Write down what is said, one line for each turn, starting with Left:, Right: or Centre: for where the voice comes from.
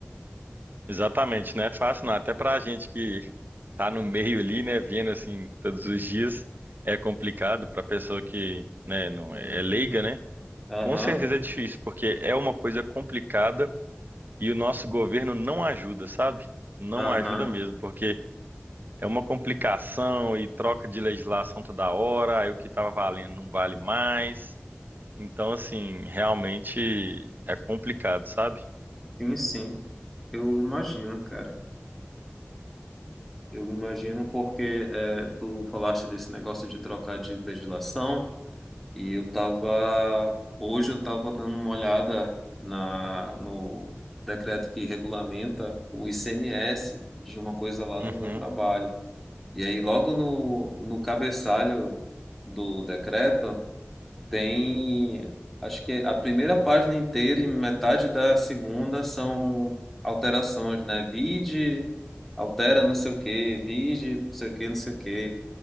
Right: exatamente, não é fácil não, até para a gente que tá no meio ali, né, vendo assim todos os dias, é complicado para pessoa que, né, não é leiga, né?
Centre: Aham,
Right: Com certeza é difícil, porque é uma coisa complicada e o nosso governo não ajuda, sabe? Não
Centre: aham,
Right: ajuda mesmo, porque é uma complicação e troca de legislação toda hora, aí o que estava valendo não vale mais. Então, assim, realmente é complicado, sabe?
Centre: Sim, sim, eu imagino, cara. Eu imagino porque é, tu falaste desse negócio de trocar de legislação, e eu tava, hoje eu tava dando uma olhada na, no decreto que regulamenta o ICMS de uma coisa lá
Right: Uhum,
Centre: do meu trabalho. E aí, logo no, no cabeçalho do decreto, tem, acho que a primeira página inteira e metade da segunda são alterações, né? Vide, altera não sei o quê, vide, não sei o quê, não sei o quê.